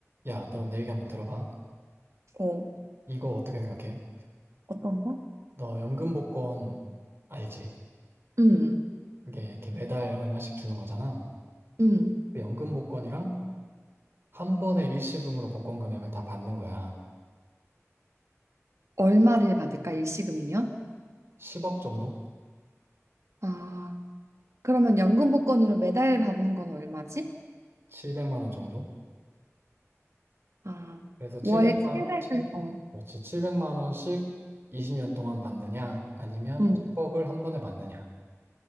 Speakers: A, on the right; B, on the right.
A: 야, 너 내 얘기 한번 들어봐.
B: 어,
A: 이거 어떻게 생각해?
B: 어떤 거?
A: 너 연금복권 알지?
B: 음,
A: 그게 이렇게 매달 얼마씩 주는 거잖아.
B: 음.
A: 그 연금복권이랑 한 번에 일시금으로 복권 금액을 다 받는 거야.
B: 얼마를 받을까? 일시금이면?
A: 10억 정도?
B: 아, 그러면 연금 복권으로 매달 받는 건 얼마지?
A: 700만 원 정도?
B: 아,
A: 그래서 700만
B: 월 700을,
A: 원, 7 0
B: 어,
A: 그렇지. 만 원씩 20년 동안 받느냐? 아니면
B: 음,
A: 10억을 한 번에 받느냐?